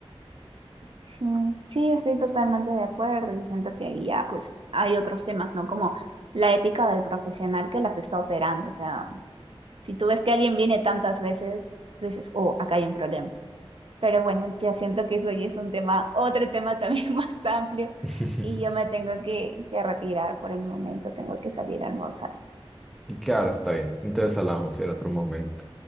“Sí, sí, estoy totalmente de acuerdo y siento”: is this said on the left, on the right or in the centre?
Right